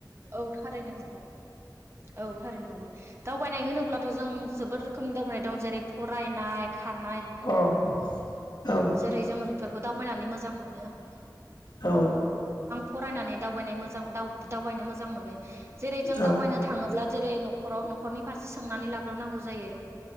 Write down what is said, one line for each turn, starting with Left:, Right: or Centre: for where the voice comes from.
Right: औ थारैनो नंगौ औ थारैनो नंगौ दावबायनाय होनोब्लाथ' जों जोबोद रोखोमनि दावबायनाय दं जेरै फरायनाय खारनाय
Left: औ अ औ
Right: जेरै जोङो बेफोरखौ दावबायनानै मोजां मोन <unintelligible>
Left: औ
Right: फरायनानै दावबायनाय मोजां दाव दावबायनो मोज जां मोनो जेरै जों
Left: औ
Right: दावबायनो थाङोब्ला जेरै न'खराव न'खरनि फारसे सोंनानै लाग्रोनांगौ जायो